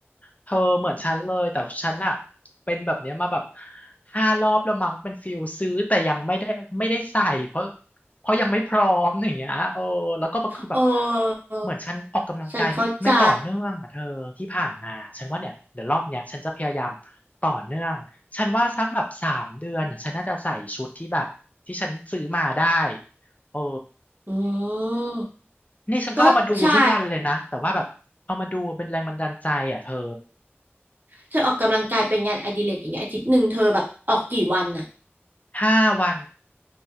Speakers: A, on the left; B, on the right.
A: เธอเหมือนฉันเลย แต่ฉันอะเป็นแบบเนี้ยมาแบบห้ารอบแล้วมั้งเป็นฟิลซื้อแต่ยังไม่ได้ไม่ได้ใส่เพราะเพราะยังไม่พร้อมอย่างเงี้ยโอ้แล้วก็แบบคือแบบ
B: เออ
A: เหมือนฉันออกกำลังกายไม่ไม่ต่อเนื่องอะเธอที่ผ่านมาฉันว่าเนี่ยเดี๋ยวรอบเนี้ยฉันจะพยายาม
B: ฉันเข้าใจ
A: ต่อเนื่อง ฉันว่าสักแบบสามเดือนฉันน่าจะใส่ชุดที่แบบที่ฉันซื้อมาได้เออ
B: อืม
A: นี่ฉันก็เอามาดูทุกวันเลยนะแต่ว่าแบบเอามาดูเป็นแรงบันดาลใจอ่ะเธอ
B: ก็ใช่ เธอออกกำลังกายเป็นงานอดิเรกอย่างเงี้ยอาทิตย์หนึ่งเธอแบบออกกี่วันอะ
A: ห้าวัน